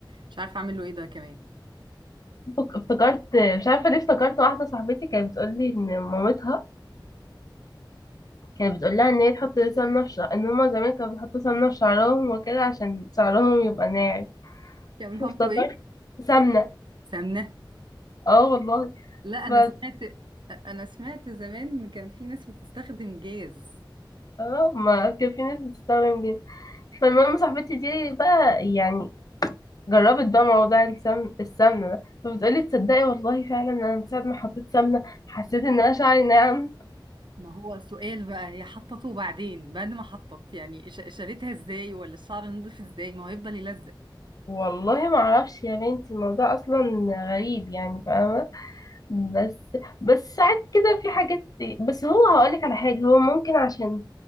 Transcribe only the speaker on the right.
مش عارفة أعمل له إيه ده كمان
كان بيحطوا
إيه؟
سمنة
لا أنا
سمعت أنا سمعت زمان كان في ناس بتستخدم جاز
ما هو السؤال بقى هي حطته بعدين بعد ما حطت يعني ش- شالتها ازاي ولا الشعر نضيف ازاي ما هو هيفضل يلزق